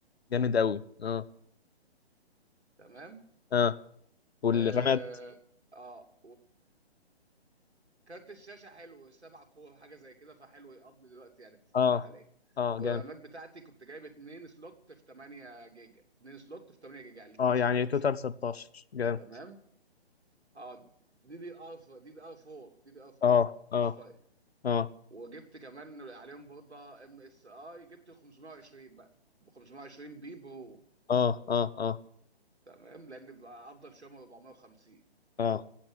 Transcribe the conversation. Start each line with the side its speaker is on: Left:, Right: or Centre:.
Left: جامد قوي اه
Right: تمام
Left: اه والرامات
Right: اه, آه. كارت الشاشه حلو سبع كور حاجه زي كده فحلو يقضي دلوقتي يعني في الفتره
Left: اه
Right: الحاليه
Left: اه
Right: والرامات
Left: جامد
Right: بتاعتي كنت جايب اتنين سلوت في 8 جيجا اتنين سلوت في 8 جيجا يعني الاتنين
Left: اه
Right: 16
Left: يعني توتال 16 جامد
Right: تمام اه دي دي ار دي دي ار 4 دي دي ار 4
Left: اه اه
Right: مش 5
Left: اه
Right: وجبت كمان عليهم برضه ام اس اي جبت 520 بقى 520 بي برو
Left: اه اه اه
Right: تمام لان بيبقى افضل شويه من 450
Left: اه